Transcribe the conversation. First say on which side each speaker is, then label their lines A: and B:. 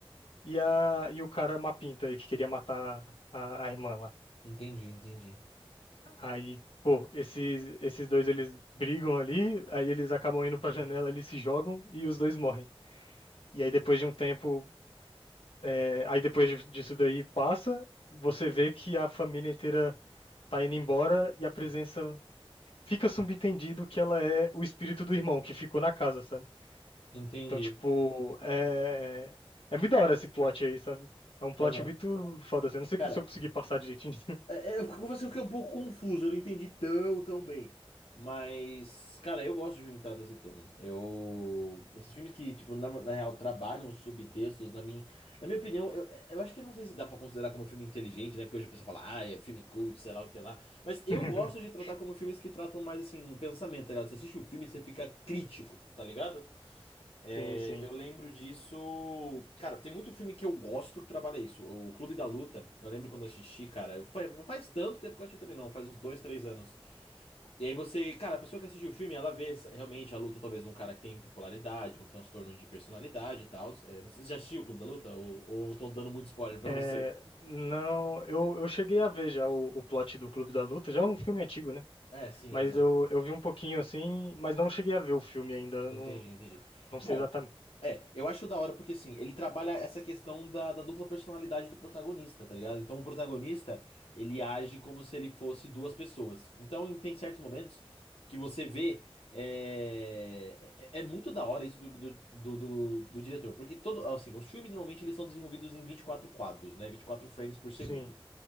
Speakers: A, on the left; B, on the left.
A: e, a, e o cara mapinta aí que queria matar a, a irmã lá.
B: Entendi, entendi.
A: Aí, pô, esses, esses dois eles brigam ali, aí eles acabam indo pra janela, eles se jogam e os dois morrem. E aí depois de um tempo, é, aí depois de- disso daí passa, você vê que a família inteira tá indo embora e a presença fica subentendido que ela é o espírito do irmão que ficou na casa, sabe?
B: Entendi.
A: Então, tipo, é, é é muito da hora esse plot aí, sabe? É um plot
B: Aham.
A: muito foda, assim. Eu não sei
B: Cara,
A: se eu consegui passar direitinho.
B: É, é, eu confesso que eu fiquei um pouco confuso, eu não entendi tão, tão bem. Mas, cara, eu gosto de filme que trata esse tema. Eu. Esses filmes que, tipo, na, na real, trabalham subtextos, na minha, na minha opinião, eu, eu acho que não sei se dá pra considerar como filme inteligente, né? Porque hoje a pessoa fala, ah, é filme cult, sei lá o que lá. Mas eu
A: <laughs>
B: gosto de tratar como filmes que tratam mais, assim, pensamento, tá ligado? Você assiste o filme e você fica crítico, tá ligado? É,
A: Sim, sim.
B: eu lembro disso. Cara, tem muito filme que eu gosto que trabalha isso. O Clube da Luta, eu lembro quando eu assisti, cara. eu- Foi, não faz tanto tempo que eu assisti também, não. Faz uns dois, três anos. E aí você, cara, a pessoa que assistiu o filme, ela vê essa- realmente a luta, talvez, de um cara que tem bipolaridade, um transtorno de personalidade e tal. É, não sei você já assistiu o Clube da Luta? Ou, ou eu tô dando muito spoiler pra
A: É,
B: você?
A: não, eu, eu cheguei a ver já o, o plot do Clube da Luta, já é um filme antigo, né?
B: É, sim,
A: Mas
B: exato.
A: eu, eu vi um pouquinho assim, mas não cheguei a ver o filme ainda, eu
B: Entendi,
A: não,
B: entendi.
A: não sei
B: Bom,
A: exatamente.
B: é, eu acho da hora porque assim, ele trabalha essa questão da, da dupla personalidade do protagonista, tá ligado? Então o protagonista, ele age como se ele fosse duas pessoas. Então em- tem certos momentos que você vê. eh, É, é, é muito da hora isso do, do, do, do- do diretor, porque todo, assim, os filmes normalmente eles são desenvolvidos em 24 quadros, né? vinte e quatro frames por segundo.
A: Sim,